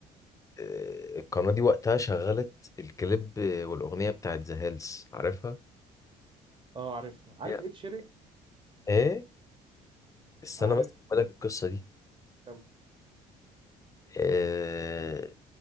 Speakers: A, on the left (about 15°); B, on the right (about 25°).
A: إيه القناه دي وقتها شغلت الكليب والاغنيه بتاعت ذا هيلز عارفها؟
B: اه عارفها عارف
A: Yeah.
B: ايه شيرين
A: ايه استنى
B: عارف
A: بس اقول لك القصه دي
B: كم
A: آه،